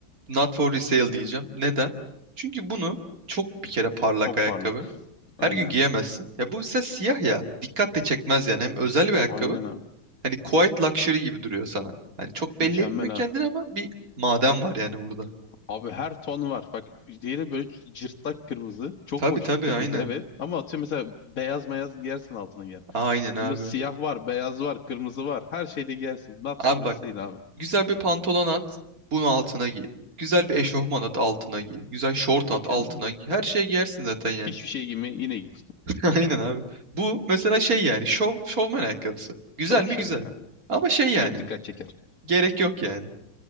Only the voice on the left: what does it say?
çok
parlak.
Aynen.
Aynen abi.
Mükemmel
abi.
Abi her ton var. Bak diğeri böyle cırtlak kırmızı. Çok
hoş
bir kırmızı
evet. Ama atıyorum mesela beyaz beyaz giyersin altına gel.
Bunda siyah var, beyaz var, kırmızı var. Her şeyle giyersin. Not
for sale
abi.
Mükemmel.
Hiçbir şey giyme yine giy.
Çok
şov
ya.
Çok dikkat çeker.